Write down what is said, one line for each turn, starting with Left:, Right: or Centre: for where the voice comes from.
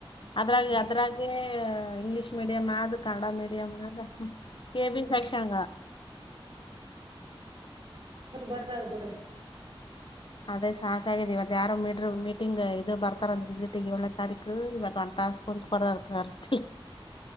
Left: ಅದ್ರಾಗ
Right: ಹ್ಮ್ ಹ್ಮ್
Left: ಅದ್ರಾಗೆ ಇಂಗ್ಲಿೀಷ್ ಮೀಡಿಯಂ್ ಆದ ಕನ್ನಡ ಮೀಡಿಯಂ್ ಆದ ಕೆೇಬಿ
Right: ಹ್ಮ್ ಹ್ಮ್
Left: ಸಕ್ಷಂಗ
Right: ಬ್ರ ಬರ್ದ ಆ ಬಿಡ್ರಿ
Left: ಅದೇ ಸಾಕಾಗಿದೆ ಇವತ್ ಯಾರೋ ಮೀ್ರ ಮೀಟಿಂಗ್ ಇದು ಬರ್ತಾರಂದ ವಿಸಿಟಿಂಗ್ ಏಳೇ ತಾರೀಕು ಇವತ್ ಒಂದ ತ ೊಂಡ ಪಡಾರ್ದ ಅರ್ತಿ